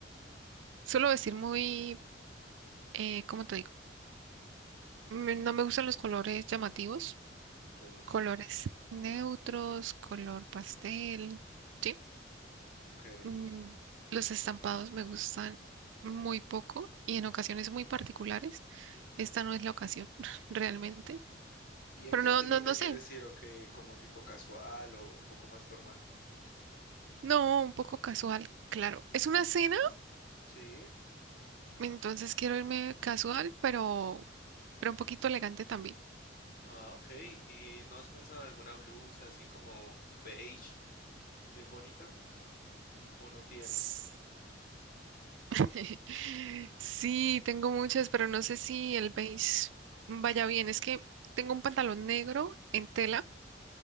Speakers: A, on the right; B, on the left.
A: suelo vestir muy, eh, ¿cómo te digo? Mm, No me gustan los colores llamativos,
B: Ok,
A: colores neutros, color pastel. ¿sí?
B: ok.
A: mm, los estampados me gustan muy poco y en ocasiones muy particulares. Esta no es la ocasión, <laughs> realmente.
B: ¿Y en
A: Pero
B: qué
A: no,
B: estilo
A: no,
B: te
A: no
B: quieres
A: sé.
B: ir? ¿O qué? ¿Como tipo casual o un poco más formal?
A: No, un poco casual, claro. Es una cena,
B: Sí.
A: entonces quiero irme casual, pero, pero un poquito elegante también.
B: Ah, ok. ¿Y no has pensado en alguna blusa así como beige, bien bonita? ¿O no tienes?
A: S- <laughs> Sí, tengo muchas, pero no sé si el beige vaya bien. Es que tengo un pantalón negro en tela